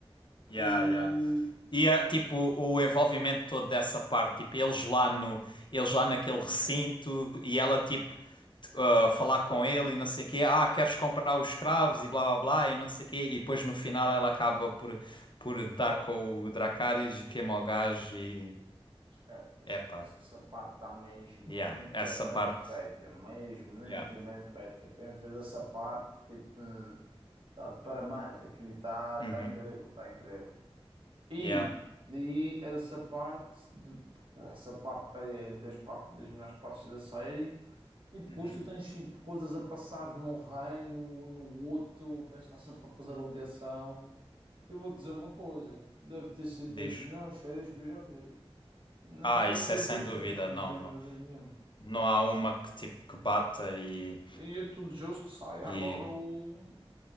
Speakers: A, on the left (about 50°); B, on the right (about 55°).
A: Yeah,
B: Eh,
A: yeah. E
B: começa.
A: ah, tipo o envolvimento todo dessa parte, tipo eles lá no, eles lá naquele recinto e ela tipo t- ah, falar com ele e não sei o quê, ah, queres comprar os escravos e blá blá blá e não sei o quê, e depois no final ela acaba por por dar com o Dracarys e queima o gajo e
B: Descarta, esquece.
A: epá,
B: Essa parte está mesmo
A: yeah,
B: muito
A: essa
B: bem
A: parte.
B: feita. Mesmo muito
A: Yeah.
B: bem feita. Quem fez essa parte, tipo, está de parabéns. Aquilo está tá
A: Uhum.
B: tá incrível, está incrível. E,
A: Yeah.
B: e essa parte, de- essa parte tá, é das, parte, das melhores partes da série. E depois
A: Uhum.
B: tu tens tipo, coisas a passar num reino, no outro, tens de estar sempre a fazer a ligação. Eu vou te dizer uma coisa, deve ter sido
A: Diz.
B: das melhores séries que eu já vi. Não
A: Ah,
B: tenho
A: isso
B: dúvidas
A: é sem dúvida,
B: nenhumas, não
A: não,
B: tenho
A: não.
B: dúvidas nenhumas.
A: Não há uma que tipo que bata e
B: E eu tudo justo que saia
A: e
B: agora o,